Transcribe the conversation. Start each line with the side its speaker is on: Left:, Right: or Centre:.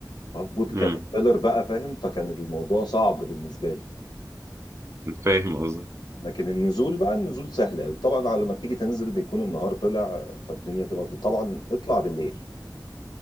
Left: هاف بوت كاتربيلر
Right: امم
Left: بقى فاهم فكان الموضوع صعب بالنسبه لي
Right: فاهم قصدك
Left: لكن النزول بقى النزول سهل قوي طبعا على ما بتيجي تنزل بيكون النهار طلع فالدنيا بتبقى طبعا اطلع بالليل